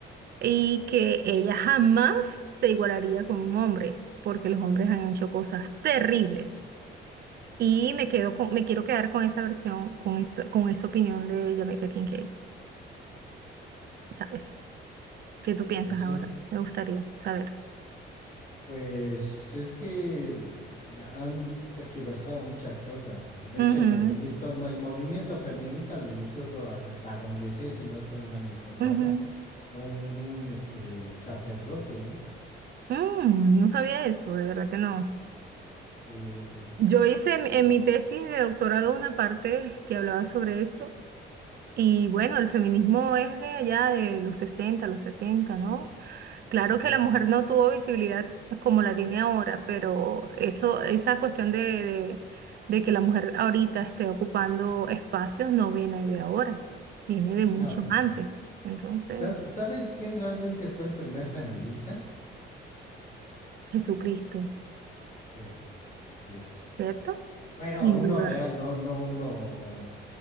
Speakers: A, on the right (about 55°); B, on the left (about 40°).
A: y que ella jamás se igualaría con un hombre, porque los hombres han hecho cosas terribles. Y me quedo con, me quiero quedar con esa versión, con esa, con esa opinión de Jamaica Kincaid, ¿sabes? ¿Qué tú piensas
B: Pues sí,
A: ahora? Me gustaría saber.
B: pues es que han tergiversado muchas cosas. De
A: Ujú,
B: hecho, el feminista, el movimiento feminista lo inició hasta donde sé, si no estoy mal informado,
A: ujú.
B: un, un este sacerdote, ¿no?
A: Mm, no sabía eso, de verdad que no.
B: Sí.
A: Yo hice en, en
B: ujú,
A: mi tesis de doctorado una parte que hablaba sobre eso. Y bueno, el feminismo es de allá de los 60, los 70, ¿no? Claro
B: ujú.
A: que la mujer no tuvo visibilidad como la tiene ahora, pero eso, esa cuestión de, de- de que la mujer ahorita esté ocupando espacios no viene de ahora, viene de mucho
B: No, pues
A: antes.
B: no.
A: Entonces,
B: ¿Sab- ¿Sabes quién realmente fue el primer feminista?
A: Jesucristo,
B: Sí, así es.
A: ¿cierto?
B: Bueno,
A: Sin
B: uno
A: duda.
B: real, no, no uno